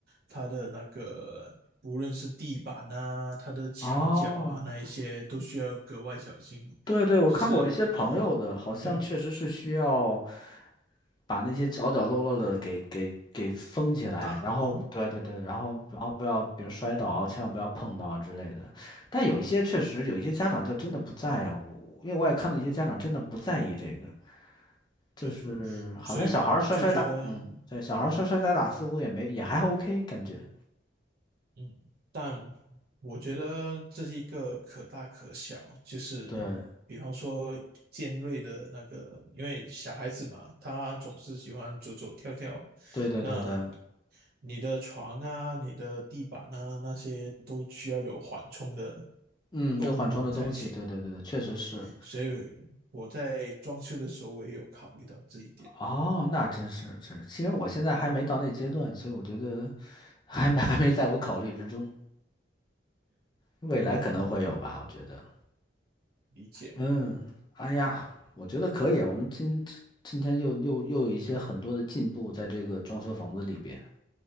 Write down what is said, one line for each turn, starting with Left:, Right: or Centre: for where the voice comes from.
Right: 它的那个无论是地板啊，它的墙角啊，
Left: 哦，
Right: 那一些都需要格外小心，
Left: 对对，我看过一些朋友的，
Right: 就是
Left: 好像确实是需要
Right: 嗯，
Left: 把那些角角落落的给给给封起来，
Right: 打磨。
Left: 然后对对对，然后然后不要，比如摔倒啊，千万不要碰到啊之类的。但有一些确实有一些家长就真的不在乎，因为我也看到一些家长真的不在意这个，就是好像小孩儿摔摔打，
Right: 对，所以我就觉得。
Left: 嗯，对，小孩儿摔摔打打似乎也没也还 OK 感觉，
Right: 嗯，但我觉得这是一个可大可小，就是
Left: 对
Right: 比方说尖锐的那个，因为小孩子嘛，他总是喜欢走走跳跳，
Left: 对对对对。
Right: 那你的床啊、你的地板啊那些都需要有缓冲的
Left: 嗯，
Right: 功能才行，
Left: 就缓冲的东西，对对对对，确实是。
Right: 所以我在装修的时候我也有考虑到这一点。
Left: 哦，那真是是，其实我现在还没到那阶段，所以我觉得还没 <laughs> 还没在我考虑之中，未来可能会有吧，
Right: 嗯，
Left: 我觉得。
Right: 理解。
Left: 嗯，哎呀，我觉得可以啊，我们今今天又又又有一些很多的进步在这个装修房子里边。